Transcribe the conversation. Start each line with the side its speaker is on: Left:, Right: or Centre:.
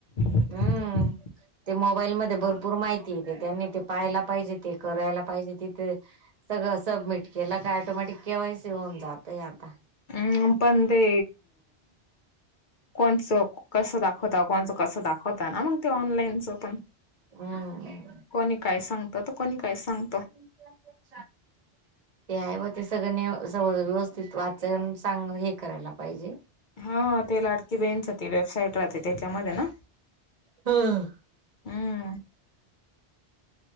Right: हम्म
Left: <inaudible>
Right: ते मोबाईलमध्ये भरपूर माहिती येते त्यांनी ते पाहायला पाहिजे ते करायला पाहिजे तिथ सगळं सबमिट केलं का ऑटोमॅटिक केवा्हाैस होऊन जातय आता.
Left: हम्म पण ते. कोणचं कसं दाखवता कोणचं कसं दाखवता ना मग ते ऑनलाईनचं पण.
Right: हम.
Left: कोणी काय सांगत तर कोणी काय सांगत.
Right: <unintelligible> ते आहे व ते सगळनी स व्यवस्थित वाचून सांग हे करायला पाहिजे.
Left: हा ते लाडकी बहीणच ती वेबसाईट त त्याच्यामध्ये ना
Right: हा
Left: हम्म.